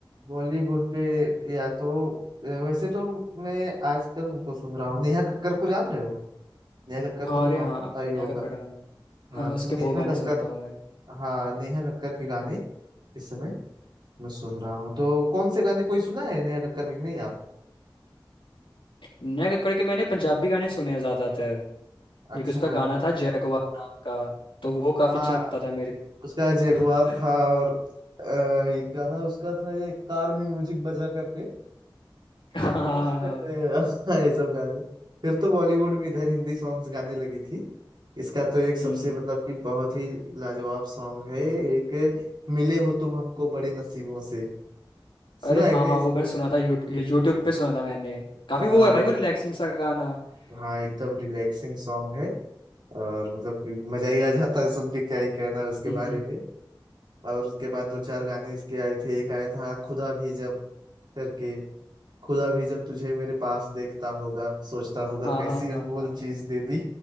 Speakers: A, on the right; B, on the left.
A: बॉलीवुड पे या तो अ, वैसे तो मैं आजकल उनको सुन रहा हूँ नेहा कक्कर को जान रहे हो नेहा कक्कर
B: हाँ
A: का
B: अरे
A: तो नाम
B: हाँ
A: सुना ही होगा
B: नेहा कक्कड़ हाँ
A: हाँ
B: हाँ उसके
A: तो नेहा
B: बहुत गाने
A: कक्कर
B: सुनता हूँ मैं
A: हाँ नेहा कक्कर के गाने इस समय मैं सुन रहा हूँ तो कौन से गाने कोई सुना है नेहा कक्कर के कि नहीं आप
B: नेहा कक्कड़ के मैंने पंजाबी गाने सुने हैं ज़्यादातर
A: अच्छा
B: एक उसका गाना था जैगवार नाम का तो वो काफ़ी
A: हाँ
B: अच्छा लगता था मेरे को
A: उसका जगुआर
B: <laughs>
A: था और अ, एक गाना उसका था ये कार में म्यूजिक बजा करके
B: हाँ हाँ
A: ऐसा सुना
B: हाँ हाँ,
A: है, <laughs> ये सब गाने फिर तो बॉलीवुड में इधर हिंदी सॉन्ग्स गाने लगी थी इसका तो एक सबसे
B: हम्म
A: मतलब कि बहुत ही लाजवाब सॉन्ग है एक मिले हो तुम हमको बड़े नसीबों से सुना
B: अरे हाँ
A: है ना
B: हाँ
A: इसको
B: वो मैंने सुना था यू, यूट्यूब पे सुना था मैंने काफ़ी
A: आ,
B: वो है भाई वो रिलैक्सिंग सा गाना <laughs>
A: हाँ एकदम रिलैक्सिंग सॉन्ग है और मतलब कि मजा ही आ जाता है सुन के क्या ही कहना है उसके
B: हम्म,
A: बारे में और उसके बाद दो चार गाने इसके आए थे एक आया था खुदा भी जब करके खुदा भी जब तुझे मेरे पास देखता होगा सोचता होगा
B: हाँ
A: कैसी
B: हाँ
A: अनमोल
B: हाँ हाँ
A: चीज दे दी